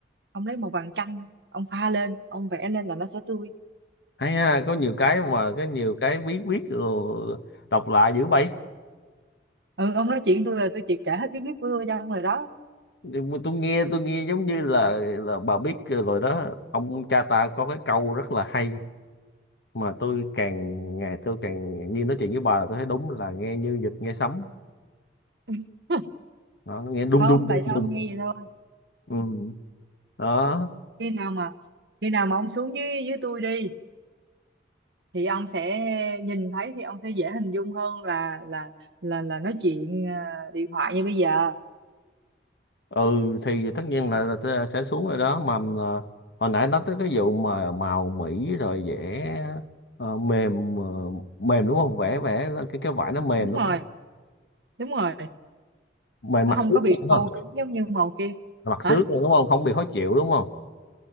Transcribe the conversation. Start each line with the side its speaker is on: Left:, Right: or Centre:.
Right: ông lấy màu vàng chanh ông pha lên ông vẽ lên là nó sẽ tươi
Left: hay ha có nhiều cái mà có nhiều cái bí quyết rồi đọc lạ dữ vậy
Right: ừ ông nói chuyện tôi là tôi chỉ kể hết cái biết của tôi cho ông rồi đó
Left: Nhưng mà tôi nghe tôi nghe giống như là là bà biết rồi đó ông cha ta có cái câu rất là hay mà tôi càng ngày tôi càng như nói chuyện với bà là tôi thấy đúng là nghe như vịt nghe sấm
Right: <laughs>
Left: đó, nó nghe đung
Right: không
Left: đung đung
Right: tại do ông
Left: đung
Right: nghe vậy thôi
Left: ừ. đó
Right: khi nào mà khi nào mà ông xuống dưới dưới tôi đi thì ông sẽ nhìn thấy thì ông sẽ dễ hình dung hơn là là là là nói chuyện ờ, điện thoại như bây giờ
Left: ừ thì tất nhiên là, là tôi sẽ xuống rồi đó mà à, hồi nãy nói tới cái vụ mà màu mĩ rồi vẽ ờ, mềm ờ, mềm đúng không vẽ vẽ cái cái vải nó mềm
Right: đúng
Left: đúng
Right: rồi
Left: không
Right: đúng rồi
Left: mềm
Right: nó
Left: mặt
Right: không
Left: xước
Right: có bị
Left: đúng không
Right: khô cứng giống như màu kia
Left: mặt
Right: hả
Left: xước đúng không không bị khó chịu đúng không